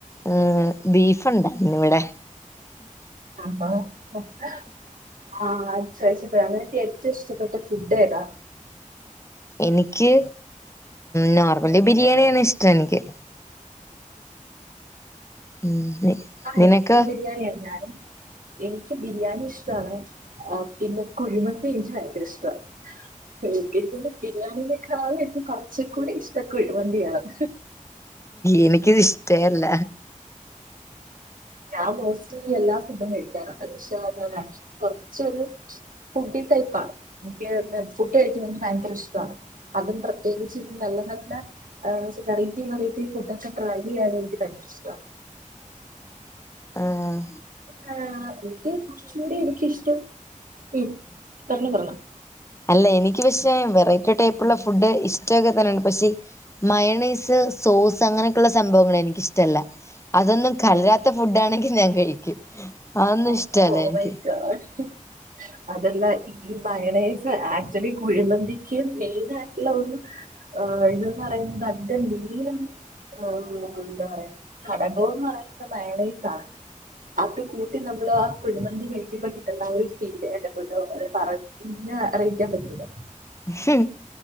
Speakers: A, on the left; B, on the right.
A: ഈഹ് ബീഫ് ഉണ്ടാര്ന്ന് ഇവിടെ
B: ആഹ് <unintelligible> <unintelligible> നിനക്ക് ഏറ്റവും ഇഷ്ടപ്പെട്ട ഫുഡ്‌ ഏതാ
A: എനിക്ക് നോർമലി ബിരിയാണിയാണ് ഇഷ്ടം എനിക്ക് ഉം
B: ആഹ്
A: നിനക്കോ
B: എനിക്കും ബിരിയാണി എന്നാലും എ ക്ക് ബിരിയാണി ഇഷ്ടാണ് പിന്നെ കുഴിമന്തി എനിക്ക് ഭയങ്കര ഇഷ്ട എനിക്ക് <unintelligible> പിന്നെ ബിരിയാണിനേക്കാ <unintelligible> എനിക്ക് കുറച്ചുംകൂടി ഇഷ്ടം കുഴിമന്തി ആണ്
A: എനിക്ക് അത് ഇഷ്ട്ടെ അല്ല
B: ഞാൻ മോസ്റ്റ്ലി എല്ലാ ഫുഡും കഴിക്കാറുണ്ട് പക്ഷെ അത് ഞാൻ കുറച്ചൊരു ഫുഡ്‌ ടൈപ്പാണ് എനിക്ക് ഫുഡ് കഴിക്കുന്നത് എനിക്ക് ഭയങ്കര ഇഷ്ടമാണ് അതും പ്രത്യേകിച്ച് നല്ല നല്ല ഈഹ് വെറൈറ്റി വെറൈറ്റി ഫുഡൊക്കെ ട്രൈയ്യാൻ എനിക്ക് ഭയങ്കര ഇഷ്ടാണ്
A: ആഹ്
B: ആ എനിക്ക് കുറച്ചും കൂടി എനിക്കിഷ്ടം ഉം പറഞ്ഞോ പറയണ.
A: അല്ലേ എനിക്ക് പക്ഷേ വെറൈറ്റി ടൈപ്പുള്ള ഫുഡ് ഇഷ്ടമൊക്കെ തന്നെയാണ്, പക്ഷേ മയണീസ്. സോസ് അങ്ങനെയൊക്കെയുള്ള സംഭവങ്ങൾ എനിക്ക് ഇഷ്ടമല്ല. അതൊന്നും കലരാത്ത ഫുഡ് ആണെങ്കിൽ ഞാൻ കഴിക്കും. അതൊന്നും
B: <unintelligible>
A: ഇഷ്ടല്ല എനിക്ക്
B: അതെല്ല ഈ ഫ്രൈ റൈസ് ആക്ച്വലി കുഴിമന്തിക്ക് മെയിൻ ആയിട്ടുള്ള ഒരു ഇതന്ന് പറയുന്നത്. അതണ്ട് ഈ ആ എന്താ പറയ ഘടകോന്ന് പറയുന്നത് മയണീസാ അത്. നമ്മള് ആ കുഴിമന്തി കഴിക്കുമ്പ കിട്ടുന്ന ഒരു ഫീല് എന്റെ പൊന്നോ പറഞ്ഞ് അറിയിക്കാൻ പറ്റൂലാ..
A: ഹ്.